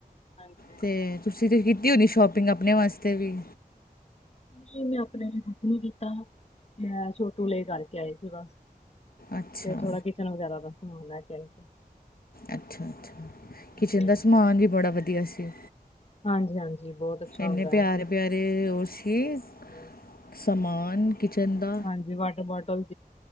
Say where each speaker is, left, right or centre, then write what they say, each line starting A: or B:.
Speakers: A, on the left; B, on the left.
A: ਹਾਂਜੀ
B: ਅਤੇ ਤੁਸੀਂ ਤਾਂ ਕੀਤੀ ਹੋਣੀ ਸ਼ੋਪਿੰਗ ਆਪਣੇ ਵਾਸਤੇ ਵੀ।
A: ਨਹੀਂ, ਮੈਂ ਆਪਣੇ ਲਈ ਕੁਛ ਨੀ ਕੀਤਾ ਮੈਂ ਛੋਟੂ ਲੀ ਕਰਕੇ ਆਏ ਸੀ ਬਸ।
B: ਅੱਛਾ
A: ਤੇ ਥੋੜਾ ਕਿਚਨ ਵਗੈਰਾ ਦਾ ਸਮਾਨ ਲੈ ਕੇ ਆੲ।
B: ਅੱਛਾ, ਅੱਛਾ। ਕਿਚਨ
A: ਹਾਂਜੀ
B: ਦਾ ਸਮਾਨ ਵੀ ਬੜਾ ਵਧੀਆ ਸੀ
A: ਹਾਂਜੀ, ਹਾਂਜੀ। ਬਹੁਤ। ਅੱਛਾ
B: ਏਨੇ
A: ਹੁੰਦਾ
B: ਪਆਰੇ, ਪਆਰੇ ਓਸੀ
A: ਹੈ
B: ਸਮਾਨ ਕਿਚਨ ਦਾ।
A: ਹਾਂਜੀ ਵਾਟਰ ਬੋਟਲ। ਦੋਂ